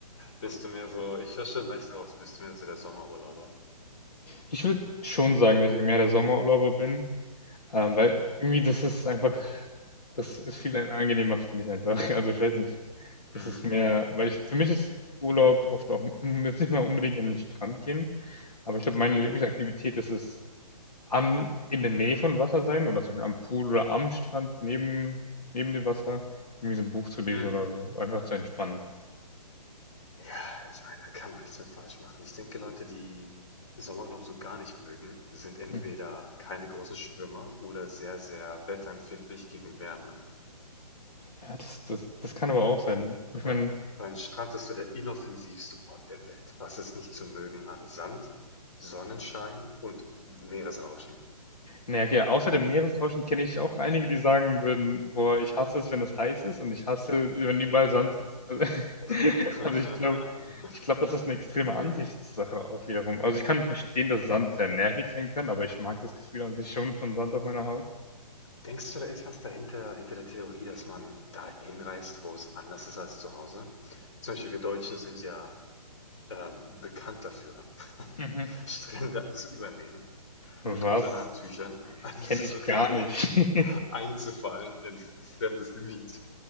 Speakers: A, on the left; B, on the left.
A: Bist du mehr so, ich höre schon leicht raus, bist du mehr so der Sommerurlauber?
B: Ich würde schon sagen, dass ich mehr der Sommerurlauber bin. Ähm, weil irgendwie das ist einfach, das ist viel angenehmer für mich einfach. <laughs> Also ich weiß nicht,
A: Mm.
B: das ist mehr, weil ich, für mich ist Urlaub oft auch, m, jetzt nicht mal unbedingt an den Strand gehen, aber ich glaube, meine
A: Okay.
B: Lieblingsaktivität ist es, an, in der Nähe von Wasser sein oder zum Beispiel am Pool oder am Strand neben, neben dem Wasser, irgendwie so ein Buch zu lesen
A: Mm.
B: oder so, einfach zu entspannen.
A: Ja, ich meine, da kann man nichts mit falsch machen. Ich denke, Leute, die Sommerurlaub so gar nicht mögen, sind entweder
B: Hm.
A: keine großen Schwimmer oder sehr, sehr wetterempfindlich gegen Wärme.
B: Ja, das, das, das kann aber auch sein. Aber
A: Weil,
B: ich meine,
A: weil ein Strand ist so der inoffensivste Ort der Welt. Was ist nicht zu mögen an Sand, Sonnenschein und Meeresrauschen?
B: Naja, okay. Außer dem Meeresrauschen kenne ich auch einige, die sagen würden, boah, ich hasse es, wenn es heiß ist und ich hasse, wenn überall Sand ist. Also, <laughs>
A: <laughs>
B: also ich glaube, ich glaube, das ist eine extreme
A: Hm.
B: Ansichtssache auch wiederum. Also ich kann verstehen, dass Sand sehr nervig sein kann, aber ich mag das Gefühl an sich schon von Sand auf meiner Haut.
A: Denkst du, da ist was dahinter, hinter der Theorie, dass man dahin reist, wo es anders ist als zu Hause? Zum Beispiel, wir Deutschen sind ja ähm, bekannt dafür,
B: Mhm.
A: <laughs> Strände zu übernehmen
B: Was?
A: mit unseren Handtüchern. <laughs> Das ist
B: Kenne ich
A: so richtig
B: gar nicht. <laughs>
A: einzufallen in fremdes Gebiet.